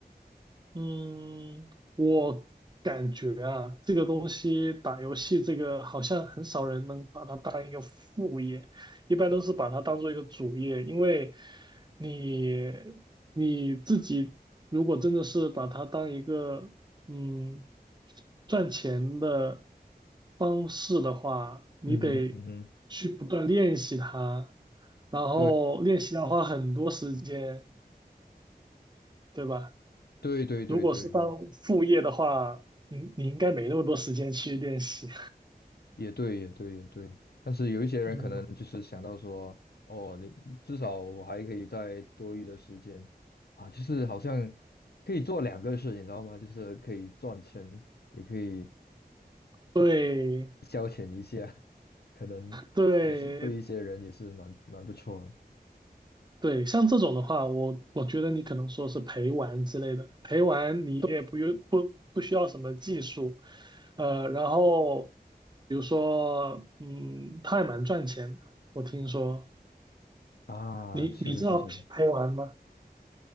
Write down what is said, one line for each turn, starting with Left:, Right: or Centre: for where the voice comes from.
Right: 嗯，我感觉啊，这个东西打游戏这个好像很少人能把它当一个副业，一般都是把它当做一个主业，因为你你自己如果真的是把它当一个嗯赚钱的方式的话，你得去不断练习它，
Left: 嗯哼嗯哼，
Right: 然后练习要花很多时间，
Left: 对
Right: 对吧？
Left: 对对对对对。
Right: 如果是当副业的话，你你应该没那么多时间去练习。
Left: 也对，也对，也对。但是有一些人可能就是想到说，
Right: 嗯，
Left: 哦，你至少我还可以在多余的时间啊，就是好像可以做两个事，你知道吗？就是可以赚钱，也可以
Right: 对
Left: 消遣一下，<laughs> 可能也是对一些人也是蛮蛮不错的
Right: 对对，像这种的话，我我觉得你可能说是陪玩之类的，陪玩你也不用不不需要什么技术，呃，然后比如说，嗯，它还蛮赚钱的，我听说。
Left: 啊。
Right: 你你知道陪陪玩吗？
Left: 是是是是，